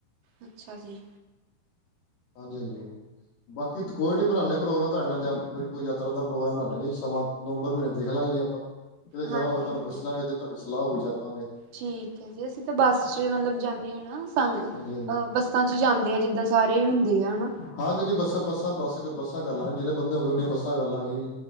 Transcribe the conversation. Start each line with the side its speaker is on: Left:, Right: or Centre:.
Right: ਅੱਛਾ ਜੀ।
Left: ਹਾਂਜੀ, ਹਾਂਜੀ। ਬਾਕੀ ਕੋਈ ਨੀ ਬਨਾਨੇ ਆਂ ਪ੍ਰੋਗਰਾਮ ਤੁਹਾਡੇ ਨਾਲ ਜਾਂਣ ਦਾ ਕੋਈ ਯਾਤਰਾ ਦਾ ਪ੍ਰੋਗਰਾਮ ਬਨਾਨੇ ਸਮਾਂ ਨਵੰਬਰ ਮਹੀਨੇ ਦੇਖ ਲਾਂਗੇ ਜੇ ਆਪਾਂ ਕਿਤੇ ਜਾਣਾ
Right: ਹਾਂਜੀ
Left: ਹੋਵੇਗਾ ਤੁਹਾਨੂੰ
Right: ਹਾਂਜੀ
Left: ਪੁੱਛ ਲਾਂਗਾਂ ਜੇ ਤੁਹਾਡੀ ਸਲਾਹ ਹੋਈ ਚੱਲ ਪਾਂਗੇ
Right: ਠੀਕ ਹੈ ਜੀ। ਅਸੀਂ ਤਾਂ ਬੱਸ ਚ ਮਤਲਬ ਜਾਂਦੇ ਹਾਂ ਨਾ। ਅਹ
Left: ਹਾਂਜੀ ਹਾਂਜੀ
Right: ਬੱਸਾਂ ਚ ਜਾਂਦੇ ਆ ਜਿੱਦਾਂ ਸਾਰੇ ਹੁੰਦੇ ਆ। ਹਨਾ।
Left: ਹਾਂਜੀ। ਬੱਸਾਂ ਬੱਸਾਂ ਬੱਸ ਬੱਸਾਂ ਕਰ ਲਾਂਗੇ ਜਿੰਨੇ ਬੰਦੇ ਹੋਗੇ ਉਨੀਆਂ ਬੱਸਾਂ ਕਰ ਲਾਂਗੇ ਜੀ।